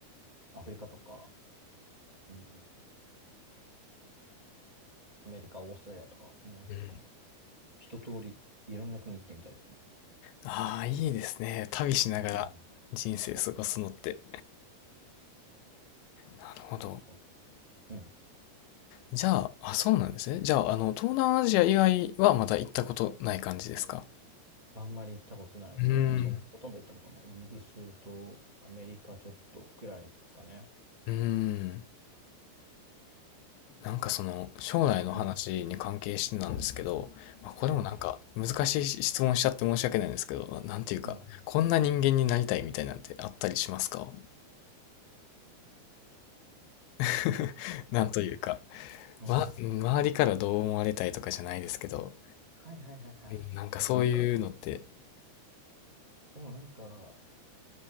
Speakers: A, on the right; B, on the left.
A: アフリカとか、うん、アメリカ、オーストラリアとか、ね、そういうとこも、
B: うん。
A: 一通り、いろんな国行ってみたいですね。
B: ああ、いいですね。旅しながら人生過ごすのって。
A: うん。
B: なるほど。
A: そうそう。うん。
B: じゃあ、あ、そうなんですね。じゃあ、あの、東南アジア以外はまだ行ったことない感じですか
A: あんまり行ったことないですね。
B: うーん。
A: そう、ほとんど行ったことない。イギリスとアメリカちょっとくらいですかね。
B: うーん。なんかその、将来の話に関係してなんですけど、
A: うん。
B: まあ、これもなんか難しい質問しちゃって申し訳ないんですけど、
A: うん。うん。
B: ななんていうか、
A: うん。
B: こんな人間になりたいみたいなんてあったりしますか <laughs> なんというか、
A: そうやる。うん
B: ま、周りからどう思われたいとかじゃないですけど、
A: はいはいはいはい。
B: うんなんかそういうのって
A: もうなんか、でもなんか、